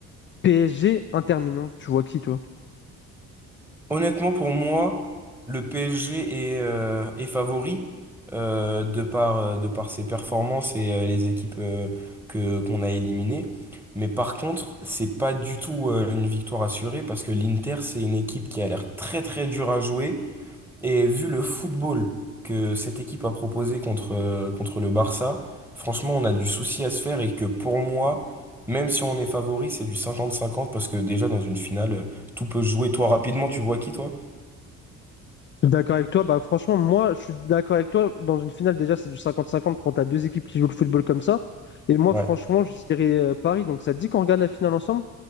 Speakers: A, on the left (about 30°); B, in the centre.
A: PSG, Inter Milan, tu vois qui, toi?
B: Honnêtement, pour moi, le PSG est, euh, est favori euh, de par, euh, de par ses performances et euh, les équipes euh, que, qu'on a éliminées. Mais par contre, c'est pas du tout euh, une victoire assurée parce que l'Inter, c'est une équipe qui a l'air très très dure à jouer. Et vu le football que cette équipe a proposé contre, euh, contre le Barça, franchement, on a du souci à se faire et que pour moi, même si on est favori, c'est du cinquante-cinquante parce que déjà dans une finale, tout peut se jouer. Toi, rapidement, tu vois qui, toi?
A: Je suis d'accord avec toi. Bah, franchement, moi, je suis d'accord avec toi. Dans une finale, déjà, c'est du cinquante-cinquante quand tu as deux équipes qui jouent le football comme ça. Et moi,
B: Ouais.
A: franchement, je dirais euh, Paris. Donc, ça te dit qu'on regarde la finale ensemble?